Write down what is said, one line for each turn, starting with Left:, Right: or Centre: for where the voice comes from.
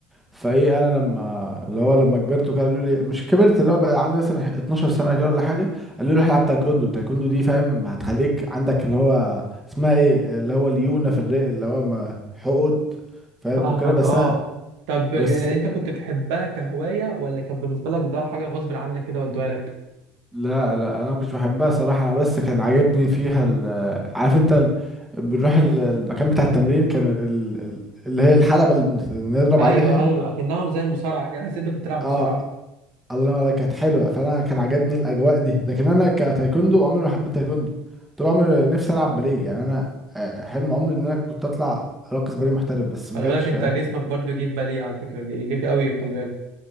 Centre: فايه انا لما اللي هو لما كبرت وكده قالوا لي مش كبرت اللي هو بقى عندي مثلا 12 سنه كده ولا حاجه قالوا لي روح العب تايكوندو التايكوندو دي فاهم هتخليك عندك اللي هو اسمها ايه اللي هو ليونه في الرئه اللي هو ما- حقد فاهم
Right: فاهمك
Centre: وكده بس
Right: اه
Centre: انا
Right: طب
Centre: بس
Right: يعني انت كنت بتحبها كهوايه ولا كان بالنسبه لك ده حاجه غصب عنك كده ودوها لك
Centre: لا لا انا ما كنتش بحبها صراحه انا بس كان عاجبني فيها ال- آه، عارف انت ال- بنروح ال- المكان بتاع التمرين كان ال- ال- اللي هي الحلبه اللي بنضرب
Right: ايوه
Centre: عليها
Right: ايوه اكنها زي المصارعه كده حاسس إن انت كنت تلعب
Centre: اه
Right: مصارعه
Centre: الله ينور عليك كانت حلوه فانا كان عجبني الاجواء دي لكن انا كتايكوندو عمري ما حبيت تايكوندو طول عمري نفسي العب باليه يعني انا آه، حلم عمري ان انا كنت اطلع راقص باليه محترف بس ما
Right: خلي
Centre: جاتش
Right: بالك
Centre: فاهم
Right: انت جسمك برضو يجيب باليه على فكره يجيب قوي خلي بالك